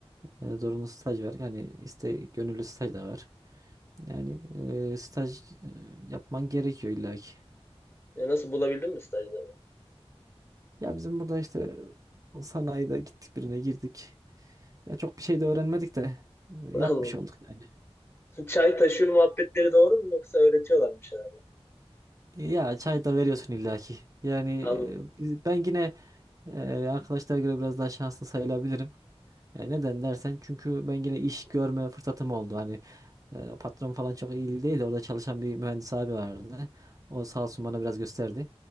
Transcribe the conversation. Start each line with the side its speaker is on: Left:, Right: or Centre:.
Right: E, zorunlu staj var. Yani iste gönüllü staj da var. Yani e, staj e, yapman gerekiyor illaki.
Left: Ya nasıl bulabildin mi stajları?
Right: Ya bizim burada işte sanayide gittik birine girdik. Ya çok bir şey de öğrenmedik de e,
Left: <laughs>
Right: yapmış
Left: Anladım.
Right: olduk yani.
Left: Çay taşıyor muhabbetleri doğru mu yoksa öğretiyorlar mı bir şeyler?
Right: Ya çay da veriyorsun illaki. Yani e,
Left: Anladım.
Right: biz- ben yine e, arkadaşlara göre biraz daha şanslı sayılabilirim. E, neden dersen çünkü ben yine iş görme fırsatım oldu. Hani e, patron falan çok iyi değil de orada çalışan bir mühendis abi vardı. O sağ olsun bana biraz gösterdi.